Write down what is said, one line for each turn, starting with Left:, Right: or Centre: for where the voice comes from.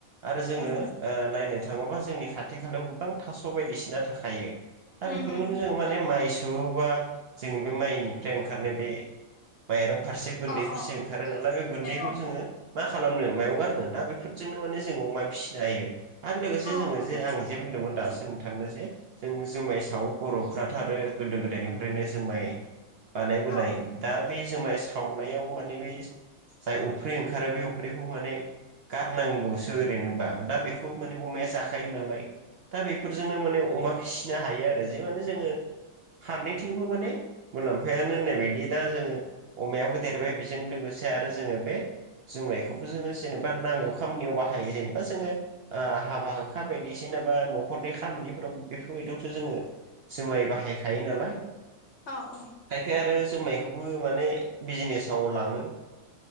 Right: आरो जोङो
Left: उम
Right: ओ नायनो थाङोबा जोंनि खाथि खालायाव गोबां थास' बायदिसिना थाखायो दा
Left: उम
Right: बेफोरखौनो
Left: उम
Right: जोङो माने माइ सोवोबा जोंङो बे माइनिफ्राय ओंखारनाय बे माइरं फारसे गुैन्दै
Left: अ
Right: फारसे
Left: अ
Right: ओंखारो नालाय बे
Left: मोनबाय
Right: गुन्दैखौ
Left: औ
Right: जोङो मा खालामनो मायाव गारनो दा बेफोरजोंनो माने जोङो अमा फिसिनो हायो आरो लोगोसे
Left: औ
Right: जोङो
Left: उम
Right: जे आं जे बुंदोंमोन दासो नोंथांनो जे जों जुमाय सावो बर'फ्राथ' आरो गोदो-गोदायनिफ्रायनो जुमाय बानायबोनाय
Left: औ
Right: दा बे जुमाय सावनायाव माने बे जाय अफ्रि ओंखारो बे अफ्रिखौ माने गारनांगौसो ओरैनोबा दा बेफोरखौ अमाया जाखायो नालाय दा बिफोरजोंनो माने अमा फिसि नो हायो आरो जे माने जोङो फारनैथिंबो माने मुलाम्फायानो होननाय बायदि दा जोङो। अमायाबो देरबाय बेजों लोगोसे आरो जोङो बे जुमायखौबो जोङो जेननोबा नांगौ खामानियाव बाहायो ।जेनेबा जोङो हाबा हुखा बायदिसिना बा न'खरनि खामानिफोराव बेफोरबायदियावथ' जोङो जुमाय बाहायखायो नालाय
Left: औ -औ।
Right: खायफाया आरो जुमायखौबो माने बिजनेसाव लाङो।